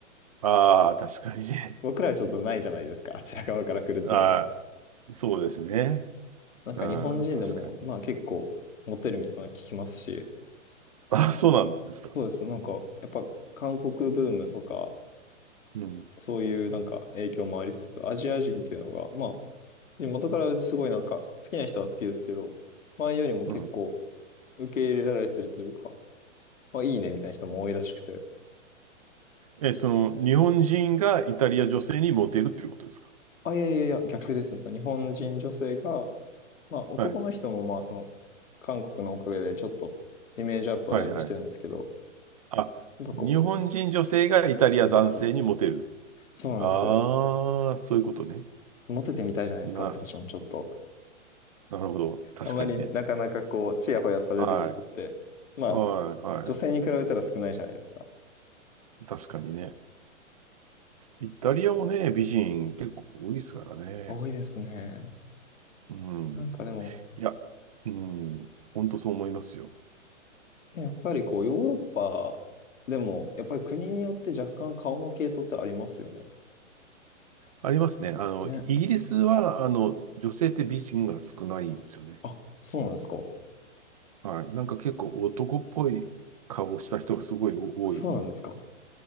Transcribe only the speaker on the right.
ああ、確かにね。
ああ、そうですね。
うん、確かに。
ああ、そうなんですか。
うん、
うん。
え、その、日本人がイタリア女性にモテるっていうことですか
はい、
はい、はい。あ、
日本人女性がイタリア男性にモテる。
ああ、そういうことね。
な、
なるほど。確かにね。
はい。
はい、は
い。確かにね。イタリアもね、美人結構多いですからね。
うん。
いや、うん。本当そう思いますよ。
ありますね。あの、
イギリスは、あの、女性って美人が少ないんですよね。
はい。なんか結構男っぽい顔した人がすごい多い。